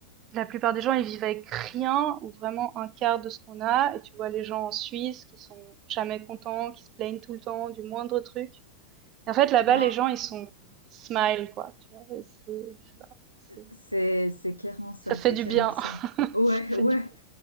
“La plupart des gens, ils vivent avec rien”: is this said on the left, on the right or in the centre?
Right